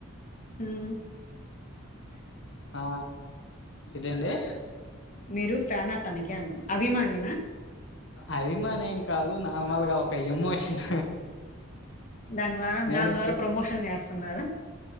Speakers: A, on the left; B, on the left.
A: హమ్
B: ఆ ఇదెండి
A: మీరు ఫ్యానా తనకే అం అభిమానెనా
B: అబిమానేం కాదు నార్మల్ గా ఒక ఎమోషన్
A: దాని ద్వారా
B: నేను
A: దాని ద్వారా
B: సు
A: ప్రమోషన్ చేస్తున్నారా